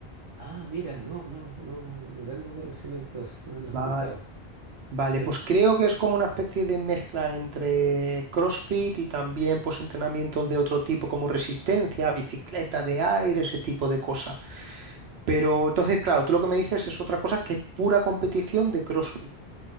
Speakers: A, on the right; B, on the right.
A: Ah, mira, no, no, no, no tengo conocimientos, no, no
B: Vale.
A: he escuchado.
B: Vale,
A: De-
B: pues creo que es como una especie de mezcla entre CrossFit y también pues entrenamientos de otro tipo como resistencia, bicicleta de aire, ese tipo de cosas. Pero entonces, claro, tú lo que me dices es otra cosa que es pura competición de CrossFit.